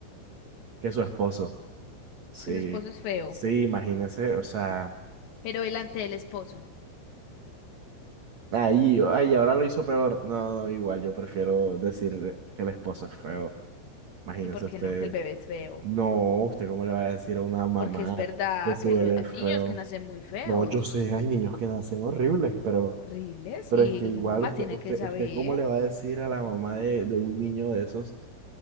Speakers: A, on the right (about 80°); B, on the left (about 65°).
A: Que es su esposo. Sí,
B: Que su esposo es feo.
A: sí, imagínese, o sea,
B: pero delante del esposo.
A: ahí, ay, ahora lo hizo peor. No, no, igual, yo prefiero decir que la esposa es feo. Imagínese
B: ¿Y por
A: usted,
B: qué no que el bebé es feo?
A: no, usted cómo le va a decir a una mamá
B: Porque es verdad
A: que su
B: que
A: bebé
B: lo- hay
A: es feo.
B: niños que nacen muy feos,
A: No, yo sé, hay niños que nacen horribles, pero,
B: horribles,
A: pero
B: y,
A: es que
B: y
A: igual
B: la mamá
A: usted,
B: tiene
A: usted,
B: que saber.
A: usted cómo le va a decir a la mamá de, de un niño de esos